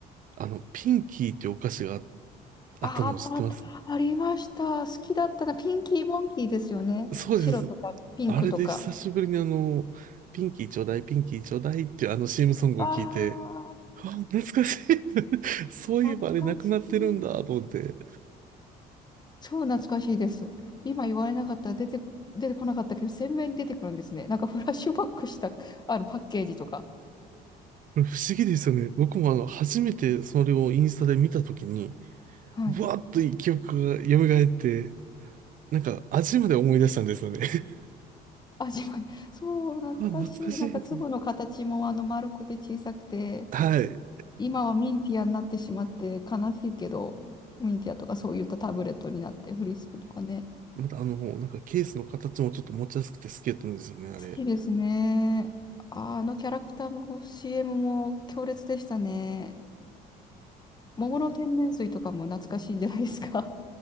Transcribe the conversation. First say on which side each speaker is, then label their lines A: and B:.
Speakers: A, on the right; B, on the left.
A: あの、ピンキーってお菓子がああったのを知ってます
B: あ、あったあった。ありました。好きだったな。ピンキーモンキーですよね。
A: そうです。
B: 白とかピンクとか。
A: あれで久しぶりにあの、ピンキーちょうだい、ピンキーちょうだいっていうあの CM ソングを聞いて、
B: ああ、
A: うわ、懐かしい。<laughs> そういえばあれなくなってるんだと思って。
B: 懐かしい。超懐かしいです。今言われなかったら出て、出てこなかったけど、鮮明に出てくるんですね。なんかフラッシュバックしたあのパッケージとか。
A: これ不思議ですよね。僕もあの、初めてそれをインスタで見たときに、
B: はい。
A: ブワーッと記憶が蘇って、なんか味まで思い出したんですよね。<laughs>
B: 味わい。そう、懐かしい。
A: あ、懐かしいと思って。
B: なんか粒の形もあの丸くて小さくて、
A: はい。
B: 今はミンティアになってしまって悲しいけど、ミンティアとかそういったタブレットになって、フリスクとかね。
A: またあの、なんかケースの形もちょっと持ちやすくて好きだったんですよね、あれ。
B: 好きですね。ああのキャラクターも CM も強烈でしたね。桃の天然水とかも懐かしいんじゃないですか。